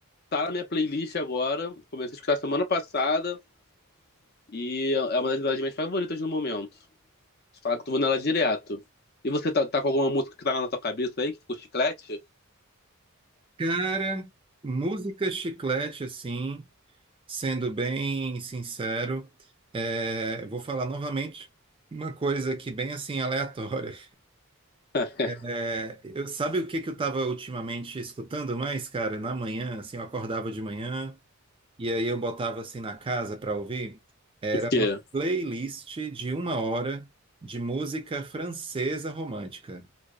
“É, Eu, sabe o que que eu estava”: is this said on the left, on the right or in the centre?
Right